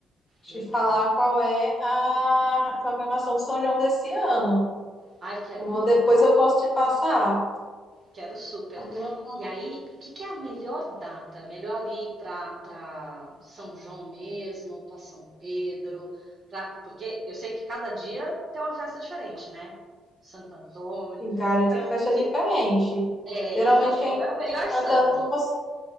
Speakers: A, on the left (about 25°); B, on the right (about 45°).
A: te
B: Legal.
A: falar qual é a programação do São João desse ano.
B: Ai, quero
A: Vou,
B: muito.
A: depois eu posso te passar.
B: Quero super.
A: Tá bom?
B: E aí, o que, que é a melhor data? Melhor ir para São João mesmo, para São Pedro, pra, porque eu sei que cada dia tem uma festa diferente, né? Santo Antônio.
A: Em cada
B: Quais,
A: tem uma festa
B: que,
A: diferente.
B: é,
A: Geralmente
B: então,
A: quem
B: qual é o melhor
A: canta
B: santo?
A: como você,